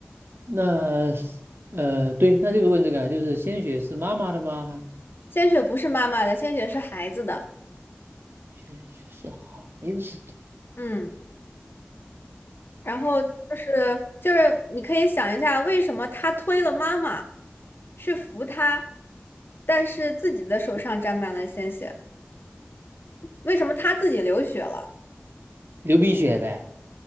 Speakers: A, on the right (about 75°); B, on the left (about 65°).
A: 那是呃，对，那就是问这个啊，就是鲜血是妈妈的吗？
B: 鲜血不是妈妈的，鲜血是孩子的。
A: 鲜血是孩子的，
B: 嗯。然后就是就是你可以想一下，为什么他推了妈妈去扶他，但是自己的手上沾满了鲜血？为什么他自己流血了？
A: 流鼻血呗。